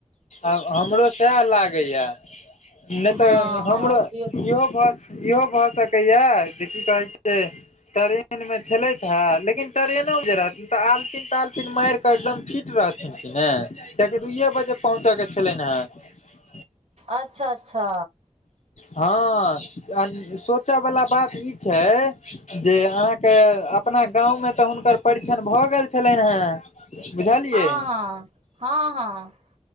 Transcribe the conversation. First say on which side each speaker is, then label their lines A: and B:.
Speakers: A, on the left (about 70°); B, on the right (about 60°).
A: आब हमरो सएह लागैए नहि
B: हँ
A: तऽ हमरो
B: हँ केओ
A: इहो भष इहो भऽ सकैया जे की कहै छै ट्रेन मे छलैत हे लेकिन ट्रेनो जे रहतै तऽ आलपिन तालपिन मार एकदम फिट रहथिन ने कियाकि दुए बजे पहुँचै के छलेन हें
B: अच्छा अच्छा
A: हँ आ सोचयवला बात ई छै जे अहाँके अपना गाँवमे तऽ हुनकर परीक्षण भ गेल छलनि हँ बुझलियै
B: हँ हँ हँ हँ